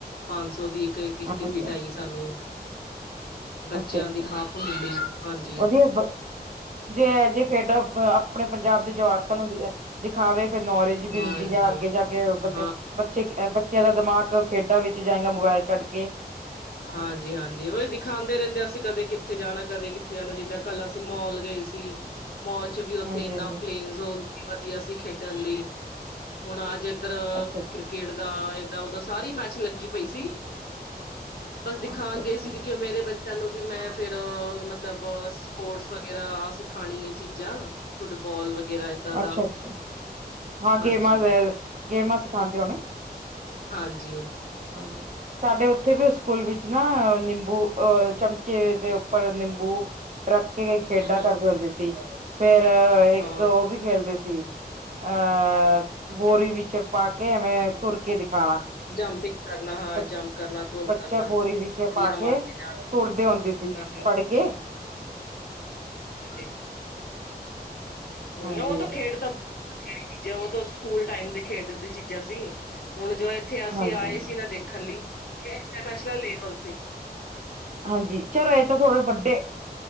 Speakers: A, on the left (about 65°); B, on the right (about 50°).
A: ਪੰਜ ਸੌ ਦੀ ਇੱਕ ਇਕ ਇੱਕ
B: ਹਾਂਜੀ-ਹਾਂਜੀ
A: ਟਿਕਟ ਆਈ ਸਾਨੂੰ, ਬੱਚਿਆਂ
B: ਅੱਛਾ-ਅੱਛਾ
A: ਦੀ ਹਾਫ ਮਿਲੀ ਹਾਂਜੀ
B: ਵਧੀਆ ਬ ਜੇ ਇਹ ਜਿਹੇ ਖੇਡਾਂ ਆਪਣੇ ਪੰਜਾਬ ਦੇ ਜਵਾਕਾਂ ਨੂੰ ਦਿਖਾਵੇ ਫਿਰ ਨੌਲੇਜ ਮਿਲਦੀ
A: ਹਾਂਜੀ
B: ਆ ਅੱਗੇ ਜਾ ਕੇ ਬ
A: ਹਾਂ
B: ਬੱਚੇ ਬੱਚਿਆਂ ਦਾ ਦਿਮਾਗ ਖੇਡਾਂ ਵਿੱਚ ਜਾਏਗਾ, ਮੋਬਾਇਲ ਛੱਡ ਕੇ।
A: ਹਾਂਜੀ-ਹਾਂਜੀ, ਉਹੀ ਦਿਖਾਉਂਦੇ ਰਹਿੰਦੇ ਅਸੀਂ ਕਦੇ ਕਿੱਥੇ ਜਾਣਾ- ਕਦੇ ਕਿੱਥੇ ਜਾਂਦਾ, ਜਿੱਦਾਂ ਕੱਲ ਅਸੀਂ ਮੋਲ ਗਏ ਸੀ ਮੋਲ ਚ ਵੀ ਉੱਥੇ
B: ਹਾਂਜੀ-ਹਾਂਜੀ
A: ਇੰਨਾ ਪਲੇਨ ਜ਼ੋਨ ਸੀ, ਵਧੀਆ ਸੀ ਖੇਡਣ ਲਈ, ਹੁਣ ਅੱਜ ਇੱਧਰ
B: ਅੱਛਾ-ਅੱਛਾ
A: ਕ੍ਰਿਕਟ ਦਾ ਤਾਂ ਉਦੋਂ ਸਾਰੀ ਮੈਚ ਲੱਗੀ ਪਈ ਸੀ। ਬਸ ਦਿਖਾਉਣ
B: ਅੱਛਾ-ਅੱਛਾ
A: ਗਏ ਸੀ, ਕਿਉਂਕਿ ਉਹ ਮੇਰੇ ਬੱਚਿਆਂ ਨੂੰ ਵੀ ਮੈਂ ਫੇਰ ਮਤਲਬ ਸਪੋਰਟਸ ਵਗੈਰਾਹ ਸਿਖਾਣੀ ਇਹ ਚੀਜ਼ਾਂ ਫੁੱਟਬਾਲ ਵਗੈਰਾ ਇੱਦਾਂ ਦਾ
B: ਅੱਛਾ-ਅੱਛਾ ਹਾਂ,
A: ਹਾਂਜੀ
B: ਗੇਮਾਂ ਗੇਮਾਂ ਸਿਖਾਂਦੇ ਹੋਨੇ,
A: ਹਾਂਜੀ
B: ਹਾਂਜੀ। ਸਾਡੇ ਉੱਥੇ ਵੀ ਸਕੂਲ ਵਿੱਚ ਨਾ ਨਿੰਬੂ ਅ ਚਮਚੇ ਦੇ ਉੱਪਰ ਨਿੰਬੂ ਰੱਕ ਗ ਖੇਡਾਂ
A: ਹੂੰ ਹੂੰ
B: ਕਰਦੇ ਹੁੰਦੇ ਸੀ। ਫੇਰ ਇੱਕ
A: ਹਾਂ
B: ਉਹ ਵੀ ਖੇਲਦੇ ਸੀ, ਅ ਬੋਰੀ ਵਿੱਚ ਪਾ ਕੇ ਐਵੇਂ ਤੁਰ ਕੇ ਦਿਖਾਣਾ।
A: ਜੰਪ ਹੀ ਕਰਨਾ। ਹਾਂ,
B: ਬ
A: ਜੰਪ ਕਰਨਾ, ਧੁੰਨ
B: ਬੱਚਾ
A: ਕਰਨਾ
B: ਬੋਰੀ
A: ਕੁੜੀਆਂ
B: ਵਿੱਚ ਪਾ
A: ਮਾਰ ਕੇ ਜਾਣ
B: ਤੁਰਦੇ ਹੁੰਦੇ ਸੀ ਫੜ ਕੇ
A: <unintelligible> ਹਮ
B: ਹਾਂਜੀ
A: ਉਹ ਤਾਂ ਖੇਡ ਤਾਂ ਬਥੇਰੀ ਚੀਜ਼ ਹੈ, ਉਹ ਸਕੂਲ ਟਾਈਮ ਦੇ ਖੇਡ ਦੀ ਚੀਜ਼ਾਂ ਸੀ, ਹੁਣ ਜੋ ਇੱਥੇ ਅਸੀਂ
B: ਹਾਂਜੀ
A: ਆਏ
B: ਹਾਂਜੀ
A: ਸੀ ਨਾ ਦੇਖਣ ਲਈ ਇਹ ਇੰਟਰਨੈਸ਼ਨਲ ਲੈਵਲ ਤੇ।
B: ਹਾਂਜੀ, ਚਲੋ ਇਹ ਤਾਂ ਥੋੜੇ ਵੱਡੇ